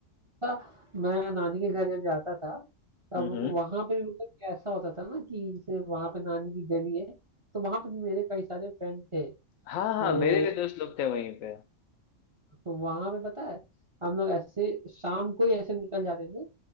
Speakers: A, on the right; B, on the left.
A: था, मैं नानी के घर जब जाता था तब
B: हम्म हम्म।
A: वहां पे भी मतलब कि ऐसा होता था ना कि जैसे वहां पे नानी की गली है तो वहां पे भी मेरे कई सारे फ्रेंड थे
B: हाँ
A: तो
B: हाँ मेरे भी दोस्त लोग थे वहीं पे
A: तो वहां पे पता है हम लोग ऐसे शाम को ही ऐसे निकल जाते थे